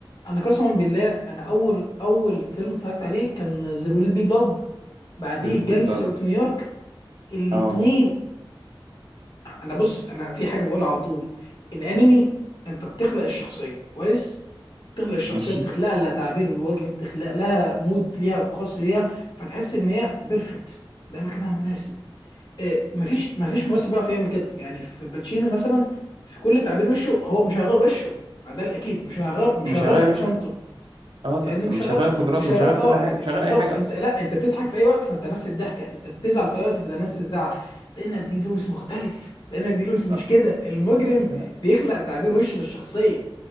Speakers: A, on the left; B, on the right.
A: انا قسما بالله انا اول اول فيلم اتفرجت عليه كان زيرو ويل بي بلاد بعديه
B: ضرب
A: جانجستر
B: بلاد
A: اوف نيويورك الاثنين
B: اه
A: انا بص انا في حاجه بقولها على طول الانمي انت بتخلق الشخصيه كويس بتخلق الشخصيه
B: ماشي
A: بتخلق لها تعبير وجه بتخلق لها مود ليها خاص ليها فتحس ان هي بيرفكت ده مكانها مناسب إيه مفيش مفيش ممثل بيعرف يعمل كده يعني في الباتشينو مثلا في كل تعبير وشه هو مش هيغير وشه ما ده الاكيد مش هيغير مش
B: مش
A: هيغير
B: هغير
A: ابتسامته
B: وش اه
A: فاهمني
B: لا
A: مش
B: مش
A: هغير
B: هغير قدراته
A: مش هغير
B: مش هغير كل
A: اه
B: حاجة
A: يعني
B: مش هغير
A: بالظبط
B: اي حاجة
A: انت
B: اصلا
A: لا انت بتضحك في اي وقت فانت نفس الضحكه انت بتزعل في اي وقت فده نفس الزعل لان دي لويس مختلف لان دي لويس مش
B: آه،
A: كده المجرم
B: لا لا
A: بيخلق تعبير وش للشخصيه